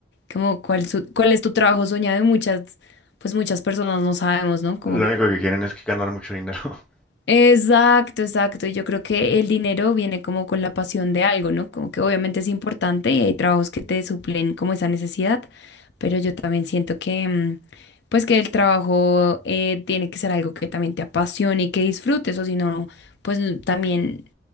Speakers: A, on the left (about 65°); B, in the centre.
A: como cuál, su- cuál es tu trabajo soñado y muchas, pues muchas personas no sabemos, ¿no? Como
B: Lo único que quieren es que ganar mucho dinero.
A: Exacto, exacto. y Yo creo que el dinero viene como con la pasión de algo, ¿no? Como que obviamente es importante y hay trabajos que te suplen como esa necesidad, pero yo también siento que, mm, pues que el trabajo eh, tiene que ser algo que también te apasione y que disfrutes, o si no, pues n- también,